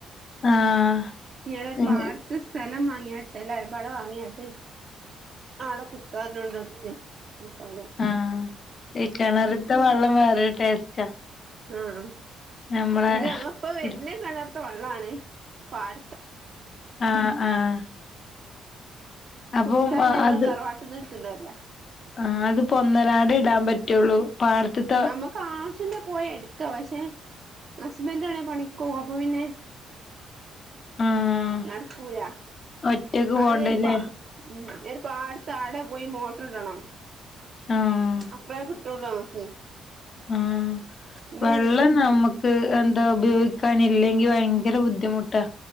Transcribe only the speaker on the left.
ആഹ്
ഇ
ആഹ് കിണർത്തെ വെള്ളം വേറെ ടേസ്റ്റാ
നമ്മളെ
കുടി
ആഹ് ആഹ് അപ്പം
അത്
ആഹ് അത്പ്പോ ഒന്നരാടെ ഇടാൻ പറ്റുള്ളൂ പാടത്ത്
ആഹ്
ഒറ്റക്ക് പോണ്ടല്ലേ
ആഹ്
ആഹ്
വെള്ളം നമ്മക്ക് എന്താ ഉപയോഗിക്കാൻല്ലെങ്കി ഭയങ്കര ബുദ്ധിമുട്ടാ